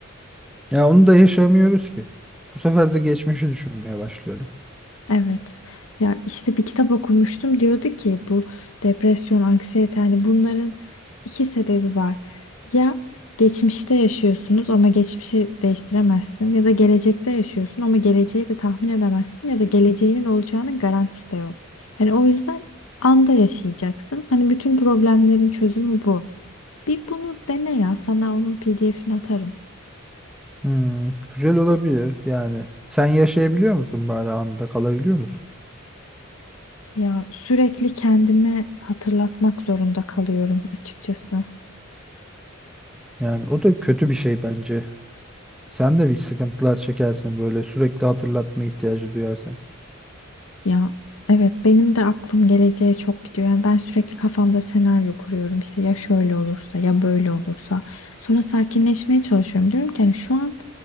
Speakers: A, in the centre; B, on the left.
A: Ya onu da yaşamıyoruz ki. Bu sefer de geçmişi düşünmeye başlıyorum.
B: Evet. Ya işte bir kitap okumuştum diyordu ki bu depresyon, anksiyete hani bunların iki sebebi var. Ya geçmişte yaşıyorsunuz ama geçmişi değiştiremezsin ya da gelecekte yaşıyorsun ama geleceği de tahmin edemezsin ya da geleceğinin olacağının garantisi de yok. Hani o yüzden anda yaşayacaksın. Hani bütün problemlerin çözümü bu. Bir bunu dene ya sana onun PDF'ini atarım.
A: Hmm, güzel olabilir yani. Sen yaşayabiliyor musun bari anda kalabiliyor musun?
B: Ya sürekli kendime hatırlatmak zorunda kalıyorum açıkçası.
A: Yani o da kötü bir şey bence. Sen de bir sıkıntılar çekersin böyle sürekli hatırlatma ihtiyacı duyarsan.
B: Ya evet benim de aklım geleceğe çok gidiyor. Yani ben sürekli kafamda senaryo kuruyorum. İşte ya şöyle olursa ya böyle olursa. Sonra sakinleşmeye çalışıyorum. Diyorum ki hani şu an